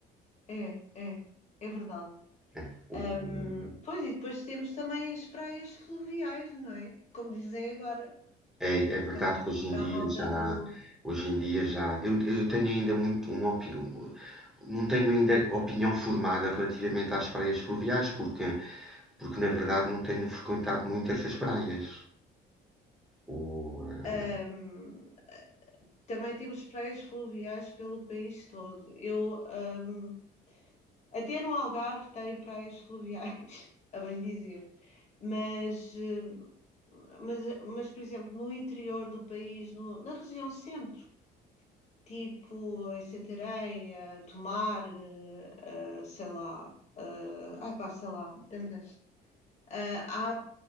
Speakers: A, on the left; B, in the centre.
A: É, é, é verdade.
B: é, é, o,
A: Ahm, pois, e depois temos também as praias fluviais, não é? Como dizem agora,
B: É, é verdade
A: para
B: que hoje
A: para
B: em dia
A: a malta
B: já,
A: do.
B: hoje em dia já, eu, eu tenho ainda muito uma opinião, não tenho ainda opinião formada relativamente às praias fluviais, porque, porque na verdade não tenho frequentado muito essas praias. O, eh,
A: Ahm, também temos praias fluviais pelo país todo. Eu, ahm, até no Algarve tem praias fluviais, <laughs> a bem dizer. Mas, eh, mas, mas, por exemplo, no interior do país, no- na região centro, tipo em Santarém, a Tomar, eh, eh, sei lá, eh, ai pá, sei lá, tantas. Eh, há,